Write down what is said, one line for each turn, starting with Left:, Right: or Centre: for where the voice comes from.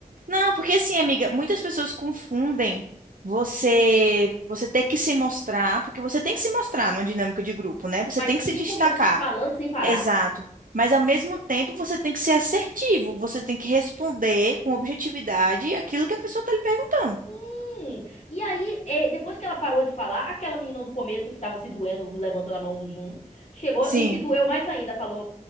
Right: não, porque assim, amiga, muitas pessoas confundem você você ter que se mostrar, porque você tem que se mostrar numa dinâmica de grupo, né? Você
Left: mas
Right: tem
Left: cinco
Right: que se destacar.
Left: minutos falando sem parar.
Right: Exato. Mas ao mesmo tempo, você tem que ser assertivo, você tem que responder com objetividade aquilo que a pessoa está lhe perguntando.
Left: Hum, E aí, eh, depois que ela parou de falar, aquela menina do começo que tava se doendo, levantando a mão do Zoom, Chegou
Right: Sim.
Left: e se doeu mais ainda, falou: